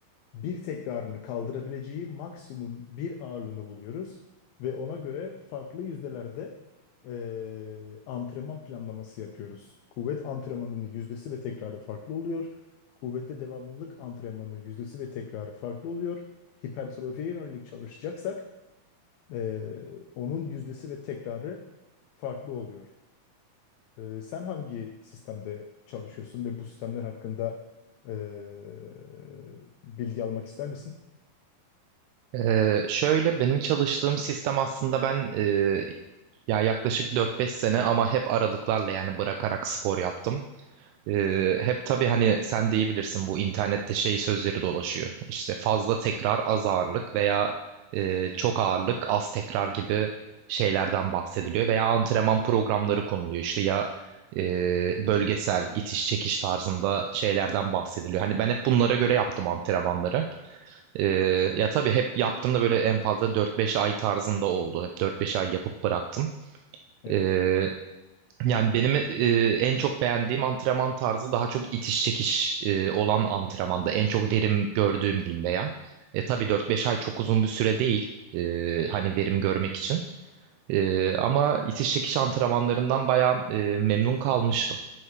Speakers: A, on the left; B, on the right.
A: bir tekrarını kaldırabileceği maksimum bir ağırlığını buluyoruz ve ona göre farklı yüzdelerde eee, antrenman planlaması yapıyoruz. Kuvvet antrenmanının yüzdesi ve tekrarı farklı oluyor. Kuvvette devamlılık antrenmanının yüzdesi ve tekrarı farklı oluyor. Hipertrofiye yönelik çalışacaksak eee, onun yüzdesi ve tekrarı farklı oluyor. Eee, sen hangi sistemde çalışıyorsun ve bu sistemler hakkında eee, bilgi almak ister misin?
B: Ee, şöyle benim çalıştığım sistem aslında ben e, ya yaklaşık 4-5 sene ama hep aralıklarla yani bırakarak spor yaptım. Ee, hep tabii hani sen de iyi bilirsin bu internette şey sözleri dolaşıyor. İşte fazla tekrar az ağırlık veya e, çok ağırlık az tekrar gibi şeylerden bahsediliyor. Veya antrenman programları konuluyor işte ya e, bölgesel itiş çekiş tarzında şeylerden bahsediliyor. Hani ben hep bunlara göre yaptım antrenmanları. Ee, ya tabii hep yaptığımda böyle en fazla dört beş ay tarzında oldu. Hep dört beş ay yapıp bıraktım.
A: Evet.
B: Ee, yani benim e, en çok beğendiğim antrenman tarzı daha çok itiş çekiş e, olan antrenmanda. En çok verim gördüğüm diyeyim veya. E, tabii dört beş ay çok uzun bir süre değil. e, hani verim görmek için. E, ama itiş çekiş antrenmanlarından bayağı e, memnun kalmıştım.